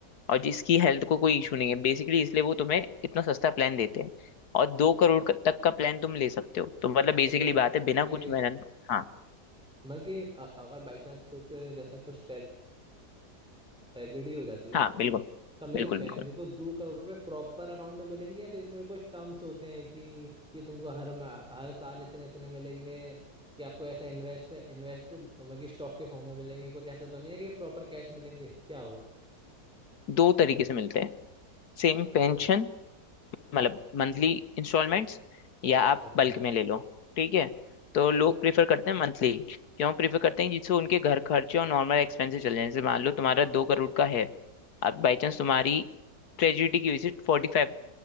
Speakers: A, on the left (about 70°); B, in the centre.
A: और जिसकी हेल्थ को कोई इशू नहीं है बेसिकली इसलिए वो तुम्हें इतना सस्ता प्लान देते हैं और दो करोड़ का- तक का प्लान तुम ले सकते हो तो मतलब बेसिकली
B: ओके
A: बात है बिना कुछ मेहनत हाँ
B: मतलब कि अ- अगर बाई चांस कुछ जैसा कुछ ट्रेजेडी हो जाती है
A: हाँ बिल्कुल
B: अब मेरे
A: बिल्कुल
B: फैमिली
A: बिल्कुल
B: को दो करोड़ रुपए प्रॉपर अकाउंट में मिलेंगे या फिर इसमें कुछ टर्म्स होते हैं कि ये तुमको हर मा- हर साल इतने इतने मिलेंगे कि आपको ऐसे इन्वेस्ट इन्वेस्ट मतलब कि स्टॉक के फॉर्म में मिलेंगे कुछ ऐसा तो नहीं है कि प्रॉपर कैश मिलेंगे क्या हुआ
A: दो तरीके से मिलते हैं सेम
B: अच्छा
A: पेंशन मतलब मंथली इंस्टॉलमेंट्स या
B: अच्छा
A: आप
B: अच्छा
A: बल्क में ले लो ठीक है तो लोग प्रेफर करते हैं मंथली क्यों प्रेफर करते हैं जिससे उनके घर खर्चे और नॉर्मल एक्सपेंसेस चल जाए जैसे मान लो तुम्हारा दो करोड़ का है अब बाई चांस तुम्हारी ट्रेजिडी की visit forty five